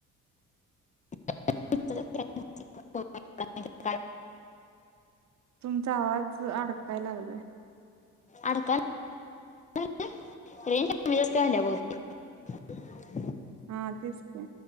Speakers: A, on the left (about 25°); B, on the right (about 65°).
A: <inaudible>
B: तुमचा आवाजअ अडकाय लागलाय
A: अडकाल <inaudible> रेंज कमी जास्त व्हायच्या बहुत <inaudible>
B: हां तेचकी